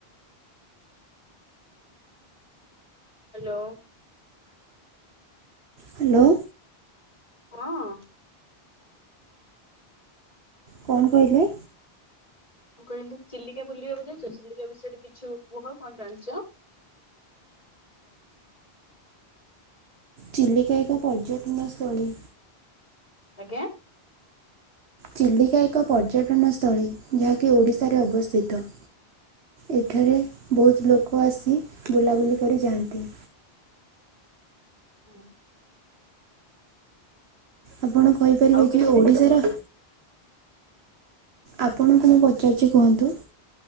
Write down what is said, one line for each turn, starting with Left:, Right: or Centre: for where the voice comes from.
Left: ହ୍ୟାଲୋ।
Right: ହ୍ୟାଲୋ।
Left: ହଁ।
Right: କଣ କହିଲେ?
Left: ମୁଁ କହିଲି, ଚିଲିକା ବୁଲିବାକୁ ଯାଇଛ? ଚିଲିକା ବିଷୟରେ କିଛି କୁହ, କଣ ଜାଣିଛ?
Right: ଚିଲିକା ଏକ ପର୍ଯ୍ୟଟନ ସ୍ଥଳୀ।
Left: ଆଜ୍ଞା।
Right: ଚିଲିକା ଏକ ପର୍ଯ୍ୟଟନସ୍ଥଳୀ। ଯାହାକି ଓଡ଼ିଶାରେ ଅବସ୍ଥିତ। ଏଠାରେ
Left: ହୁଁ
Right: ବହୁତ ଲୋକ ଆସି, ବୁଲାବୁଲି କରି ଯାଆନ୍ତି।
Left: ହୁଁ।
Right: ଆପଣ କହିପାରିବେ
Left: ଆଉ କିଛି?
Right: କି, ଓଡିଶାର ଆପଣଙ୍କୁ ମୁଁ ପଚାରୁଛି କୁହନ୍ତୁ?